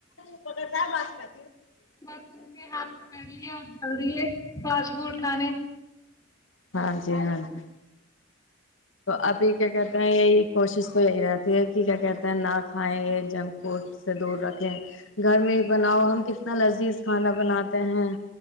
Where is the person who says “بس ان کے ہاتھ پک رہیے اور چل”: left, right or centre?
Left